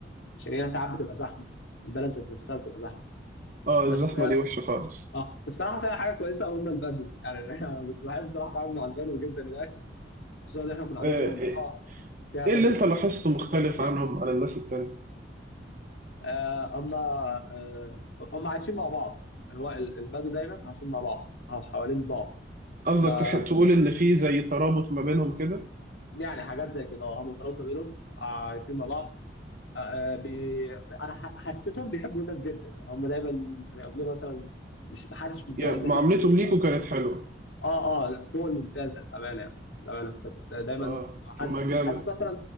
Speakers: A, on the left; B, on the right.
A: عشان هي ساعات بتبقى زحمه البلد ذات نفسها بتبقى زحمه
B: اه
A: بس
B: الزحمه دي وحشه خالص
A: اه بصراحه فيها حاجه كويسه هم البدو يعني <laughs> انا كنت بحب بصراحه اتعامل مع البدو جدا هناك خصوصا ان احنا كنا قاعدين
B: آه،
A: في منطقه
B: ايه
A: فيها
B: إيه
A: بدو
B: اللي انت
A: كتير
B: لاحظته مختلف عنهم عن الناس التانية
A: آه اما آه هم عايشين مع بعض يعني هو ال- البدو دايما عايشين مع بعض أو حوالين بعض
B: قصدك
A: ما
B: تح- تقول ان في زي ترابط ما بينهم كده
A: يعني حاجات زي كده اه هم ترابطوا بينهم عايشين مع بعض آه آه، بي... انا ح- حسيتهم بيحبوا الناس جدا يعني هم دايما كانوا يقابلونا مثلا مش محدش متضايق
B: يعني
A: ان
B: معاملتهم
A: احنا موجودين
B: ليكوا كانت حلوه
A: اه اه لا فوق الممتاز للامانه يعني للامانه كنت دايما
B: اه
A: مع
B: طب
A: حد
B: ما جامد
A: حدش مثلا